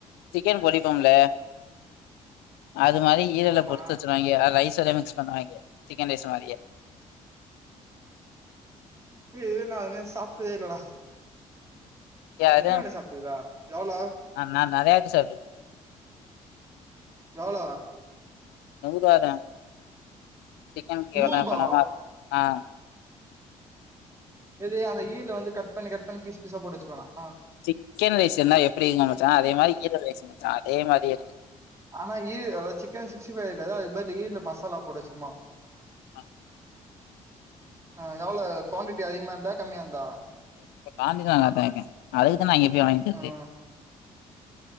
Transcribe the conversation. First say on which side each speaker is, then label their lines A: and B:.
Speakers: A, on the left; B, on the right.
A: சிக்கன் பொறிப்பமில்ல அது மாரி ஈரல
B: ஆமா
A: பொறுச்சி வச்சு பன்னுவாய்ங்க அ ரைஸ்ல மிக்ஸ் பண்ணுவாய்ங்க சிக்கன் ரைஸ் மாரியே
B: து நானு சாப்ட்டதே இல்லடா
A: எ அது
B: எத்தினாண்ட சாப்ட்டுருக்குடா எவ்ளோ
A: அ நா நெறைய வாட்டி சாப்ட்ருக்க
B: எவ்ளோ
A: நூரூவா தா சிக்கனுக்கு
B: நூறுபாவா
A: எவ்ளோ பணமோ ஆ
B: எது அந்த ஈர்ல வந்து கட் பண்ணி கட் பண்ணி பீஸ் பீஸா போட்டு வச்சுருவாங்லா ஆ
A: சிக்கன் ரைஸ் இருந்தா எப்டிங்க மச்சா அதே மாரி ஈரல் ரைஸு மச்சா அதே மாரியே
B: ஆனா ஈ அத சிக்கன் சிக்ஸ்டி ஃபைவ் இருக்காத அதுக் பதிலு ஈர்லு மசாலா போட்டு வச்சம்மா
A: ஆ
B: ஆ எவ்ள கூவாண்டிட்டி அதிகமா இருந்தா கம்மியா இருந்தா
A: காந்தி நல்லாத்தா இருக்க அதுக்கு தா நா இப்டி வாய்ங்கிறது
B: ம்